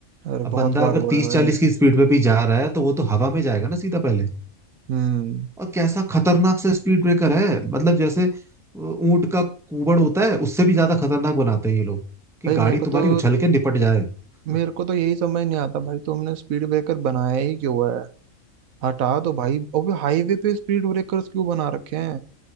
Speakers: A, on the right; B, in the centre.
A: अरे
B: अब
A: बहुत
B: बंदा
A: बार
B: अगर
A: हुआ
B: तीस
A: है भाई
B: चालीस की स्पीड पे भी जा रहा है तो वो तो हवा में जाएगा ना सीधा पहले
A: हम्म
B: और कैसा खतरनाक सा स्पीड ब्रेकर है मतलब जैसे ऊंट का कूबड़ होता है उससे भी ज्यादा खतरनाक बनाते हैं ये लोग कि
A: भाई मेरे
B: गाड़ी
A: को
B: तुम्हारी
A: तो
B: उछल के निपट जाए
A: मेरे
B: <laughs>
A: को तो यही समझ नहीं आता भाई तुमने स्पीड ब्रेकर बनाया ही क्यों है हटा दो भाई अबे हाईवे पे स्पीड ब्रेकर्स क्यों बना रखे हैं